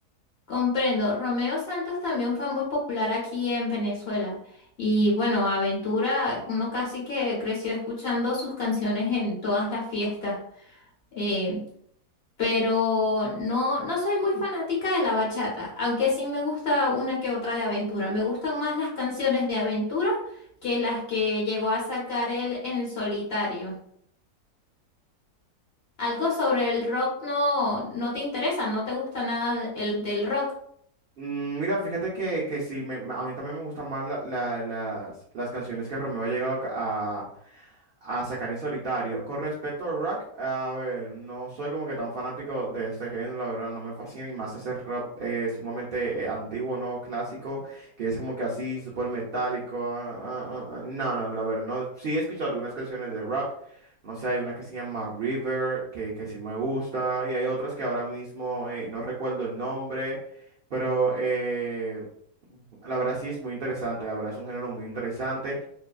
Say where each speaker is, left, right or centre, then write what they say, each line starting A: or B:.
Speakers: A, on the left; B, on the right.
A: Comprendo. Romeo Santos también fue muy popular aquí en Venezuela. Y bueno, Aventura, uno casi que creció escuchando sus canciones en todas las fiestas. Eh, pero no, no soy muy fanática de la bachata, aunque sí me gusta una que otra de aventura. Me gustan más las canciones de aventura que las que llegó a sacar él en el solitario. Algo sobre el rock no, no te interesa, no te gusta nada el del rock.
B: Mm, Mira, fíjate que, que sí, me- me- a mí también me gustan más la- la- las, las canciones que Romeo ha llegado a, ca- a- a sacar en solitario. Con respecto al rock, a ver, no soy como que tan fanático de este género, la verdad, no me fascina y más ese rock eh, sumamente eh, antiguo, ¿no? Clásico, que es como que así, súper metálico. ah, ah, ah, ah, No, no, la verdad, no. Sí he escuchado algunas canciones de rock. No sé, hay una que se llama River, que, que sí me gusta, y hay otras que ahora mismo eh, no recuerdo el nombre. Pero eh, la verdad sí es muy interesante, la verdad es un género muy interesante.